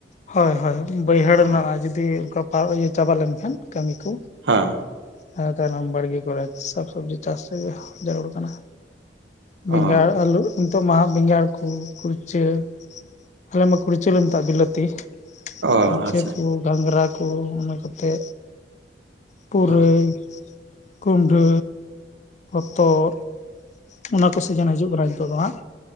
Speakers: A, on the left (about 40°); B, on the right (about 80°).
A: ᱦᱳᱭ ᱦᱳᱭ ᱵᱟᱹᱭᱦᱟᱹᱲ
B: ᱚ
A: ᱢᱮᱱᱟᱜᱼᱟ᱾ ᱡᱩᱫᱤ ᱚᱱᱠᱟ ᱤᱭᱟᱹ ᱪᱟᱵᱟ ᱞᱮᱱ ᱠᱷᱟᱱ ᱠᱟᱹᱢᱤ ᱠᱚ
B: ᱦᱮᱸ
A: ᱦᱮᱸ ᱛᱟᱨ ᱱᱚᱢᱵᱚᱨ ᱠᱚ ᱜᱮ ᱥᱟᱠ ᱥᱚᱵᱡᱤ ᱪᱟᱥ ᱛᱮ ᱜᱮ ᱡᱟᱨᱩᱲ ᱠᱟᱱᱟ ᱵᱮᱸᱜᱟᱲ
B: ᱚ
A: ᱟᱹᱞᱩ ᱱᱤᱛᱚᱜ ᱢᱟ ᱦᱟᱜ ᱵᱮᱸᱜᱟᱲ ᱠᱚ ᱠᱩᱲᱪᱟᱹ ᱟᱞᱮ ᱢᱟ ᱠᱩᱲᱪᱟᱹ ᱞᱮ ᱢᱮᱛᱟᱜ ᱵᱤᱞᱟᱹᱛᱤ
B: ᱚ
A: ᱠᱩᱲᱪᱟᱹ
B: ᱟᱪᱪᱷᱟ
A: ᱠᱚ ᱜᱷᱟᱸᱝᱨᱟ ᱠᱚ ᱚᱱᱟ ᱠᱟᱛᱮᱜ ᱯᱩᱨᱟᱹᱭ
B: ᱚ
A: ᱠᱩᱢᱰᱟᱹ, ᱦᱚᱛᱚᱫ, ᱚᱱᱟ ᱠᱚ ᱥᱤᱡᱮᱱ ᱦᱤᱡᱩᱜ ᱠᱟᱱᱟ ᱱᱤᱛᱚᱜ ᱫᱚ ᱦᱟᱸᱜ